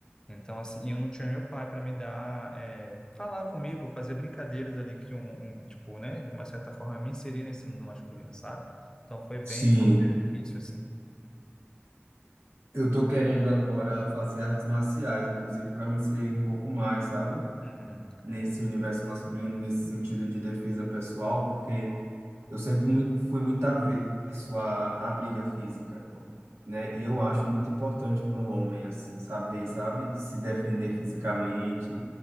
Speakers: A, on the left; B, on the right.
A: Então, assim, e eu não tinha meu pai para me dar, é, falar comigo, fazer brincadeiras ali que um, um, tipo, né, de uma certa forma me inserir nesse mundo masculino, sabe? Então foi bem,
B: Sim,
A: bem difícil, assim.
B: Eu tô querendo agora fazer artes marciais, inclusive para me inserir um pouco mais, sabe?
A: Uhum.
B: Nesse universo masculino, nesse sentido de defesa pessoal, porque Eu sempre muito, fui muito avesso à, à briga física, né? E eu acho muito importante para um homem, assim, saber, sabe, se defender fisicamente.